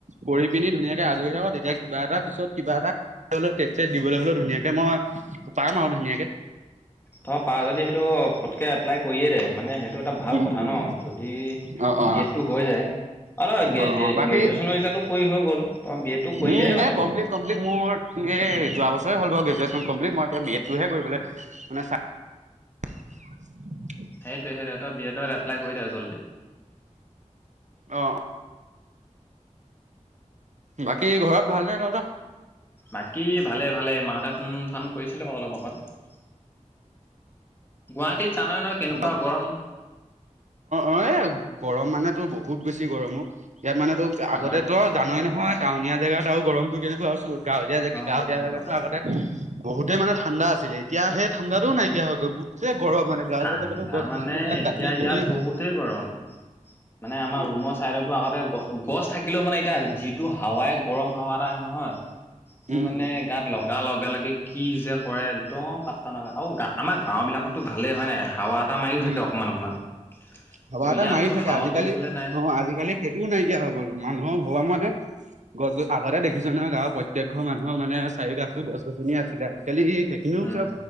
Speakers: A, on the right; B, on the left.
A: কৰি পিনি ধুনীয়াকৈ আজৰি হ। তেতিয়া, কিবা এটা, পিছত কিবা এটা পিছলৈ টেট-ছেট দিবলৈ হ'লেও, ধুনীয়াকৈ মই পাম আৰু ধুনীয়াকৈ
B: তই পাৰ যদি, সেইটো ফটকে এপ্লাই কৰিয়ে দে। মানে সেইটো এটা ভাল
A: উম
B: কথা
A: উম
B: ন, যদি
A: অ অ
B: বি এড টো হৈ যায়। অঁ গে-গে
A: অ অ বাকী
B: গ্ৰেজুৱেশ্যন এতিয়াটো কৰি হৈ গ'ল। তই, বি এড টো কৰি
A: উম
B: দিয়াই ভাল
A: এই
B: হ'ব।
A: কমপ্লিট কমপ্লিট মোৰ হেৰি, যোৱা বছৰে হ'ল বাৰু গ্ৰেজুৱেশ্যন কমপ্লিট। মই এতিয়া, বি এড টোহে কৰিবলে মানে, চাই <unintelligible>
B: সেইটোৱে সেইটোৱে তই বি এডত এপ্লাই কৰি দে জল্দি।
A: অ' বাকী ঘৰত ভালনে তহঁতৰ।
B: বাকী ভালে ভালে মাহঁতে ফোন ফান কৰিছিলে বাৰু অলপ আগত। গুৱাহাটীত জানাই নহয় কেনেকুৱা
A: <unintelligible>
B: গৰম
A: অ' অ' এ, গৰম মানেতো বহুত বেছি গৰম অ' ইয়াত মানেতো, আগতে
B: আমাৰ
A: ত জানোৱেই নহয় টাউনীয়া জেগাত আৰু গৰমতটো কেনেকুৱা গাঁৱলীয়া
B: একদম
A: জেগা গাঁৱলীয়া
B: একদম
A: জেগাতো
B: আৰু।
A: আগতে বহুতেই মানে ঠাণ্ডা আছিলে। এতিয়া সেই ঠাণ্ডাতো নাইকিয়া হৈ গ'ল, গোটেই গৰম মানে গাঁৱলীয়া
B: উ্
A: জেগাতো
B: তাৰ
A: গছ
B: মানে
A: গছনিবিলাক
B: এতিয়া
A: কাটি
B: ইয়াত
A: পিনি
B: বহুতেই গৰম মানে, আমাৰ
A: উম
B: ৰুমৰ চাইডতো আগতে গ গছ থাকিলেও মানে, এতিয়া যিটো হাৱাই গৰম হাৱা এটা আহে নহয়। তোৰ
A: উম
B: মানে গাত লগ লগাৰ লগে-লগে কি যে কৰে, একদম পাত্তা নাপায় আৰু গা আমাৰ গাঁওবিলাকত টো ভালেই হয় নাই, হাৱা এটা মাৰিও
A: উম
B: থাকে অকণমান অকণমান কিন্তু
A: ভবা এটা
B: ইয়াততো
A: মাৰি থাকে
B: হাৱা
A: আজিকালি
B: বুলিবলৈ নাই।
A: অ আজিকালি টোও নাইকিয়া হৈ গ'ল, মানুহৰ <unintelligible> মানে গছ গছ আগতে দেখিছোঁ নহয়। গাঁৱৰ প্ৰত্যেক ঘৰ মানুহৰ মানে, চাৰি কাষে গছ গছনি এ আছিলে, আজিকালি কিন্তু
B: উম,
A: চব